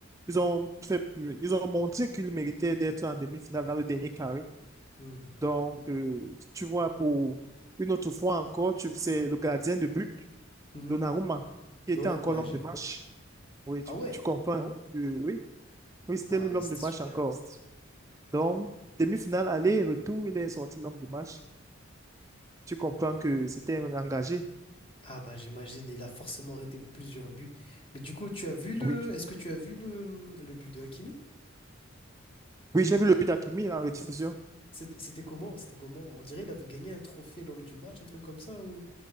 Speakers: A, on the right (about 15°); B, on the left (about 25°).
A: Ils ont fait, ils ont montré qu'ils méritaient d'être en demi-finale dans le dernier carré.
B: Mhm.
A: Donc, euh, tu vois, pour une autre fois encore, tu c'est le gardien de but.
B: Mhm.
A: Donnarumma, qui était
B: Ouais,
A: encore
B: ouais,
A: l'homme
B: j'ai
A: de
B: vu.
A: match. Oui,
B: Ah
A: tu,
B: ouais.
A: tu comprends. Ah ouais? Euh, oui, oui, c'était
B: Ah
A: lui
B: bah
A: l'homme
B: c'était
A: de match
B: super.
A: encore. Donc, demi-finale, aller, retour, il est sorti l'homme de match. Tu comprends que c'était un engagé.
B: Ah bah j'imagine, il a forcément arrêté plusieurs buts. Mais du coup, tu as vu le.
A: Oui, tu-
B: Est-ce que tu as vu le, hum, le but de Hakimi?
A: oui, j'ai vu le but d'Akimi en rediffusion.
B: C'était c'était comment? C'était comment? On dirait il avait gagné un trophée l'homme du match, un truc comme ça, ou,